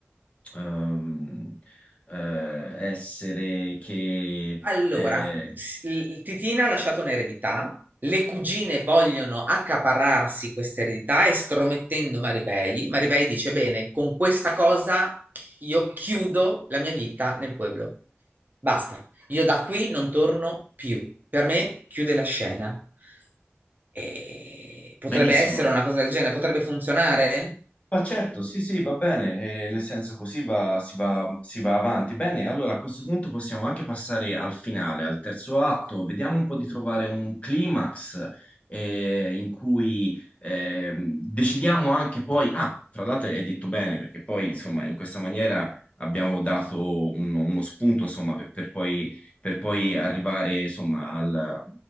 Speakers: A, on the left; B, on the right.
A: ehm, eh, essere che
B: Allora,
A: eh,
B: s- il- Titina ha lasciato un'eredità, le cugine vogliono accaparrarsi questa eredità estromettendo Maribei. Maribei dice: Bene, con questa cosa io chiudo la mia vita nel pueblo. Basta, io da qui non torno più. Per me chiude la scena. E potrebbe
A: benissimo.
B: essere una cosa del genere, potrebbe funzionare.
A: Ma certo, sì, sì, va bene, eh, nel senso così va- si va, si va avanti. Bene, allora a questo punto possiamo anche passare al finale, al terzo atto, vediamo un po' di trovare un climax eh, in cui ehm, decidiamo anche poi, ah, tra l'altro hai detto bene, perché poi insomma in questa maniera abbiamo dato un- uno spunto insomma per, per poi, per poi arrivare insomma al-